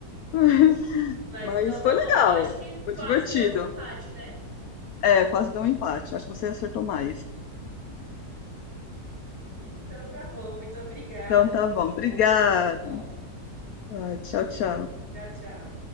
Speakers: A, on the left; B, on the right.
A: <laughs>
B: Mas
A: Mas
B: então tá
A: foi
B: bom.
A: legal,
B: Eu acho que
A: foi
B: quase
A: divertido.
B: deu um empate, né?
A: É, quase deu um empate. Acho que você acertou mais.
B: Então tá bom. Muito obrigada
A: Então tá
B: pelo
A: bom,
B: jogo.
A: obrigada.
B: Foi muito bom.
A: Ah, tchau, tchau.
B: Tchau, tchau.